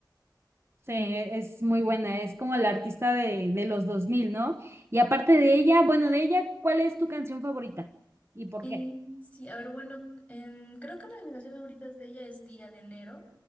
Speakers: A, on the right (about 35°); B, on the left (about 15°).
A: Sí, e- es muy buena, es como la artista de, de los dos mil ¿no? Y aparte de ella, bueno, de ella, ¿cuál es tu canción favorita? ¿Y por
B: Eh,
A: qué?
B: sí, a ver, bueno, em, creo que una de mis canciones favoritas de ella es Día de Enero.